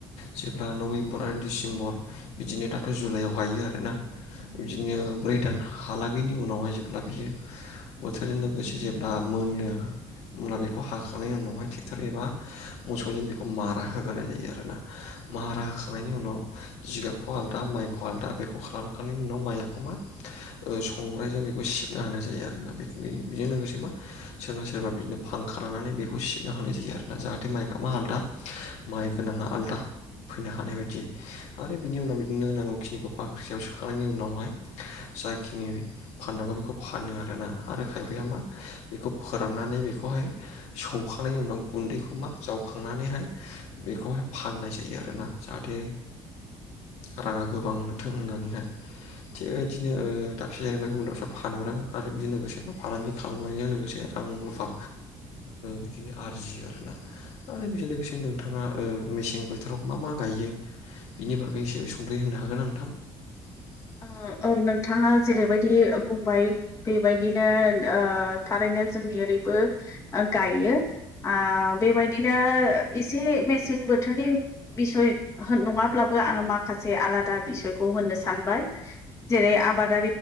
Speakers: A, on the left; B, on the left.
A: जेब्ला नभेम्बर आरो डिसेम्बर बिदिनो दाथ' जुलाइआव गायो आरोना। बिदिनो ब्रै दानहालागैनि उनावहाय जेब्ला बियो बोथोरजों लोगोसे जेब्ला मोनो। होमब्ला बेखौ हाखांनायनि उनावहाय ट्रेक्ट'र एबा मोसौजों बेखौ मारा होग्रोनाय जायो आरोना। माहारा होखांनायनि उनाव जिगाबखौ आलादा माइखौ आलादा बेखौ खालामखांनायनि उनाव माइखौ माया ओ संग्रायजों बेखौ सिबना हानाय जायो आरोना बेजों लोगोसे मा सोरबा सोरबा बिदिनो फांखा लानानै बेखौ सिबना होनाय जायो आरोना जाहाथे माइगाबा आलादा माइ गोनाङा आलदा। फैनो हानाय बायदि आरो बिनि उनाव बिदिनो नांगौ खिनिखौ बाख्रियाव सोखांनायनि उनावहाय जाखिनि फाननांगौ बेखौ फानो आरोना आरो खायफाया मा बेखौ फोराननानै बे बेखौहाय सौखांनायनि उनाव गुन्दैखौ मा जावखांनानैहाय बेखौहाय फाननाय जायो आरोना जाहाथे राङा गोबां मोनथों होननानैहाय थिग बेबायदिनो दाबसे जायगायावनो गुबुन दाबसे फानहरो आरो बेजों लोगोसे फालांगि खालामनायजों लोगोसे रां रुफा बिदिनो आरजियो आरोना आरो बिजों लोगोसे नोंथाङा मेसें बोथोराव मा मा गायो बिनि बागैसो संख्रि होनो हागोन नोंथां <inaudible>
B: औ नोंथाङा जेरैबायदि बुंबाय बेबायदिनो थारैनो जोंनि ओरै बो गायो ओ बेबायदिनो एसे मेसें बोथोरनि बिसय होन नङाब्लाबो आङो माखासे आलादा बिसयखौ होननो सान बाय जेरै आबाद